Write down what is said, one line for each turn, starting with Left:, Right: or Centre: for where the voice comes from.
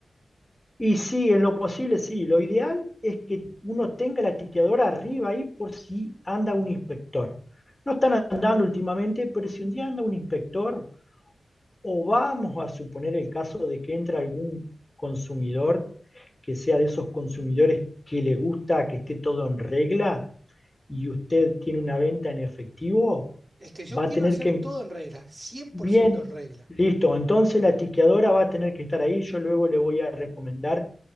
Left: Y sí, en lo posible sí. Lo ideal es que uno tenga la tiqueadora arriba ahí por si anda un inspector. No están andando últimamente, pero si un día anda un inspector, o vamos a suponer el caso de que entra algún consumidor que sea de esos consumidores que le gusta que esté todo en regla y usted tiene una venta en efectivo,
Right: Es que yo
Left: va
Right: quiero
Left: a tener
Right: hacer
Left: que
Right: todo en regla, cien
Left: Bien,
Right: por ciento en regla.
Left: listo. Entonces la tiqueadora va a tener que estar ahí. Yo luego le voy a recomendar